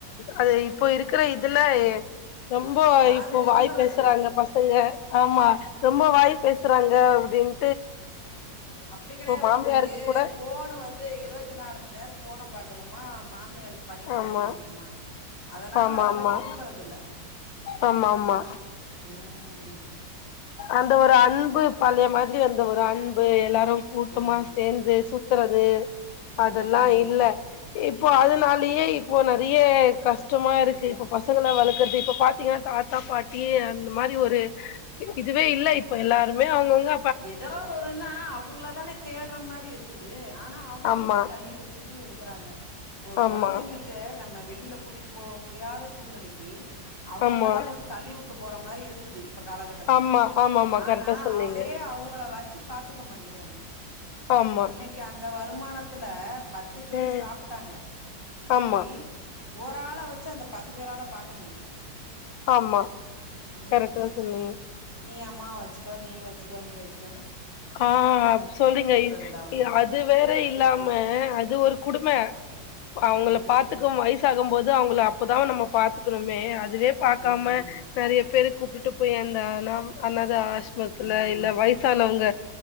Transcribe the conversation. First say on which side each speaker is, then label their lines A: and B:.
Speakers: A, on the left (about 85°); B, on the left (about 25°).
A: அது இப்போ இருக்கிற இதுல ஏ ரொம்போ
B: யாரு
A: இப்போ
B: விரும்புறதில்ல
A: வாய் பேசுறாங்க பா தங்க ஆமா ரொம்ப வாய் பேசுறாங்க அப்டின்
B: அப்டி கெடையாது
A: மாமியாருக்கு
B: உங்ளுக்கு
A: கூட
B: போனு வந் து இருவத்தி நாலு மணி நேரோ போன பாக்கணுமா மாமியார் பணிவிட
A: ஆமா
B: செய்ய முடியுமா அதனால
A: ஆமா
B: அதெல்லா
A: ஆமா
B: விரும்புறது இல்ல
A: ஆமா ஆமா
B: உம்
A: அந்த ஒரு அன்பு பழைய மாதிரி அந்த ஒரு அன்பு எல்லாரு கூட்டமா
B: ஆமா
A: சேர்ந்து சுத் றது
B: ம்
A: அதெல்லா இல்ல இப்போ அதனாலயே இப்போ நறைய கஷ்டமா இருக்கு இப்ப பசங்க வளர்க்கறது இப்ப பாத்தீங்னா தாத் த்தா பாட்டி அந்த மாதிரி ஒரு இதுவே இல்ல இப்ப எல்லாருமே அவுங்க அவுங்க
B: ஏதோ ஒருன்னா அவங்கள தானே தேடுற மாதிரி இருக்குது ஆனா அவங்களையே
A: ஆமா
B: தள்ளி வச்சிட்டு இருக்றாங்க இப்ப ஒரு
A: ஆமா
B: கொழந்தைங்களுக் த நம்ம வெளியில கூட்டிட்டு போ முடியாத சூழ்நிலைக்கு அவுங்கள்ட
A: ஆமா
B: தா கொண்டி தள்ளி உட்டு போற மாரி இருக்குது இப்ப காலகட்டத்துல
A: ஆமா ஆமா ஆமா
B: ஆனா
A: கரெக்டா சொன்னீங்க
B: அவத் அதே அவங்கள வச்சி பாத்துக்க மாண்டிக்கிறாங்க
A: ஆமா
B: அன்னைக்கு அந்த வருமான த்துல பத்து பேரு
A: ம்
B: சாப்டாங்க இன்னைக்கி
A: ஆமா
B: ஒராள வச்சி அந்த பத்து பேரால பாக்க முடியல
A: ஆமா
B: உம்
A: கரெக்டா சொன்னீங்க
B: நீ அம்மாவ வச்சிகோ நீ வச் சிகோ நீ வச்சிகோனு
A: ஆ சொல்லுங்க இது
B: இல்ல அவங்கள
A: அது அது வேற இல்லாம அது ஒரு குடுமை அவங்கள
B: ம்
A: பாத்துக்கும் வயசாகும் போது அவங்கள அப்பதா நம்ம பாத்துக்கணுமே அதுவே பாக்காம
B: ம்
A: நறைய பேரு கூப்டு போய் அந்த அனாம் அனாத ஆசரமத்துல
B: ஆமா
A: இல்ல வயசானவங்க